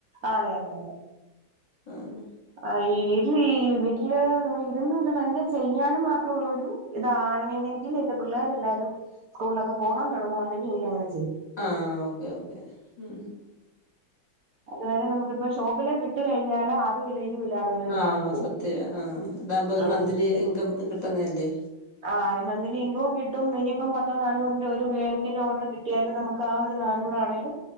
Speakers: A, on the right; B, on the left.
A: അതെയതെയതെ
B: ആഹ്
A: ആഹ് ഈ വീട്ടില് ഈ വീട്ടില് നമ്മളിരുന്ന് ഇത് തന്നെ ചെയ്യാനും മാത്ര ഉള്ളൊരു ഇതാണിര്ന്നെങ്കിൽ എന്റെ പിള്ളേരെല്ലാരും സ്കൂളിലൊക്കെ പോകാൻ തുടങ്ങുവാണെങ്കി എനിക്കങ്ങനെ
B: ആഹ് ഓക്കെയോക്കേ ഉം
A: അതുവരെ നമുക്കിപ്പൊ ഷോപ്പിലെ വിട്ട്കഴിഞ്ഞാണ്ട് അതും ഇല്ല ഇതും ഇല്ലാതെ ഒരു ഇതായി
B: ആഹ്
A: പോകും
B: സത്യവാ ആഹ് ഇതാകുമ്പൊ ഒര്
A: ഉം
B: മന്ത്ലി
A: ഇത്
B: ഇൻകം കിട്ടുന്ന അല്ലേ.
A: ആഹ് മന്തിലി ഇൻകവും കിട്ടും ഇനിയിപ്പം പത്തോ നാനൂറിന്റെ ഒരു കേക്കിന്റോഡർ കിട്ടിയാലും നമു ക്കാ ഒരു നാനൂറാണെലും